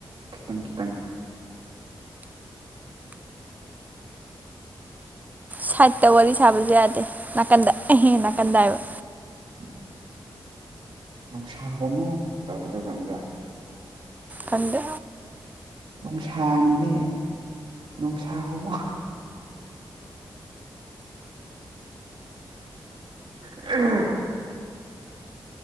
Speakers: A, on the right; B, on the right.
A: ꯈꯤꯇꯪ ꯈꯤꯇꯪ
B: ꯁꯥꯏꯠꯇ ꯋꯥꯔꯤ ꯁꯥꯕꯁꯨ ꯌꯥꯗꯦ ꯅꯥꯀꯟꯗ ꯑꯥꯍꯦ ꯅꯥꯀꯟꯗ ꯍꯥꯏꯕ꯫
A: ꯎꯝ ꯅꯣꯡꯁꯥ ꯍꯣꯃꯣ ꯇꯧꯕꯗꯣ ꯈꯪꯕ꯭ꯔꯥ꯫
B: ꯈꯪꯗꯦ
A: ꯅꯣꯡꯁꯥꯅꯤꯅꯦ ꯅꯣꯡꯁꯥ ꯍꯣꯃꯣ꯫ ꯎ